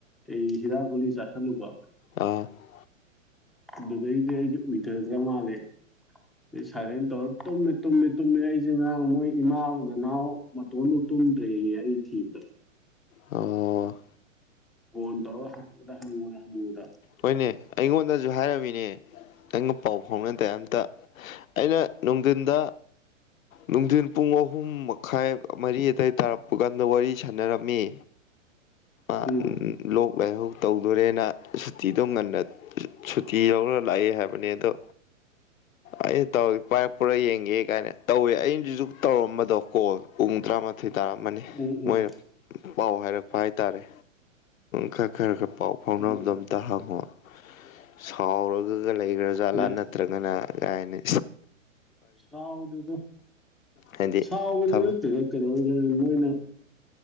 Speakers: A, in the centre; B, on the left (about 85°).
A: ꯑꯩ ꯍꯤꯗꯥꯛ ꯒꯨꯂꯤ ꯆꯥꯁꯟꯂꯨꯕ
B: ꯑꯣ
A: ꯑꯗꯨꯗꯩꯗꯤ ꯑꯩꯖꯦ ꯎꯏꯗꯒ꯭ꯔ ꯃꯥꯜꯂꯦ ꯑꯩ ꯁꯥꯏꯂꯦꯟ ꯇꯧꯔꯥ ꯇꯨꯝꯃꯦ ꯇꯨꯝꯃꯦ ꯇꯨꯝꯃꯦ ꯑꯩꯖꯦ ꯉꯔꯥꯡ ꯃꯣꯏ ꯏꯃꯥ ꯅꯅꯥꯎ ꯃꯇꯣꯝꯇꯥ ꯇꯨꯝꯗ꯭ꯔꯦꯌꯦ ꯑꯩ ꯊꯤꯕꯗ
B: ꯑꯣ
A: ꯀꯣꯟ ꯇꯧꯔꯥ ꯍꯪꯕꯗ ꯍꯪꯕꯗ ꯍꯪꯕꯗ
B: ꯍꯣꯏꯅꯦ ꯑꯩꯉꯣꯟꯗꯖꯨ ꯍꯥꯏꯔꯝꯃꯤꯅꯦ ꯑꯩꯒ ꯄꯥꯎ ꯐꯥꯎꯅꯗꯦ ꯑꯝꯇ ꯑꯩꯅ ꯅꯨꯡꯗꯤꯟꯗ ꯅꯨꯡꯗꯤꯟ ꯄꯨꯡ ꯑꯍꯨꯝ ꯃꯈꯥꯏ ꯃꯔꯤ ꯑꯗꯥꯏ ꯇꯥꯔꯛ ꯄꯨꯀꯥꯟꯗ ꯋꯥꯔꯤ ꯁꯥꯟꯅꯔꯝꯃꯤ ꯑꯥ
A: ꯎꯝ
B: ꯂꯣꯛ ꯂꯥꯏꯍꯧ ꯇꯧꯗꯣꯔꯦꯅ ꯁꯨꯇꯤꯗꯣ ꯉꯟꯅ ꯁꯨꯇꯤ ꯂꯧꯔ ꯂꯥꯛꯑꯦ ꯍꯥꯏꯕꯅꯤ ꯑꯗꯣ ꯑꯩꯅ ꯇꯧꯋꯤ ꯄꯥꯏꯔꯛꯄ꯭ꯔꯥ ꯌꯦꯡꯒꯦ ꯀꯥꯏꯅ ꯇꯧꯋꯦ ꯑꯩꯅꯗꯨꯁꯨ ꯇꯧꯔꯝꯕꯗꯣ ꯀꯣꯜ ꯄꯨꯡ ꯇꯔꯥꯃꯥꯊꯣꯏ ꯇꯥꯔꯝꯃꯅꯤ
A: ꯎꯝ ꯎꯝ
B: ꯃꯣꯏ ꯄꯥꯎ ꯍꯥꯏꯔꯛꯄ ꯍꯥꯏꯇꯥꯔꯦ ꯈꯔ ꯈꯔ ꯈꯔ ꯄꯥꯎ ꯐꯥꯎꯅꯕꯗꯣ
A: ꯎꯝ
B: ꯇꯍꯪꯉꯣ ꯁꯥꯎꯔꯒꯒ ꯂꯩꯒ꯭ꯔ ꯖꯥꯠꯂꯥ
A: ꯅ
B: ꯅꯠꯇ꯭ꯔꯒꯅ ꯀꯥꯏꯅꯦ
A: ꯁꯥꯎꯗꯦꯗ
B: ꯍꯥꯏꯗꯤ
A: ꯁꯥꯎꯅꯗꯤ
B: ꯊꯕꯛ
A: ꯅꯠꯇꯦꯍꯦ ꯀꯩꯗꯧꯕꯩꯅꯣ ꯃꯣꯏꯅ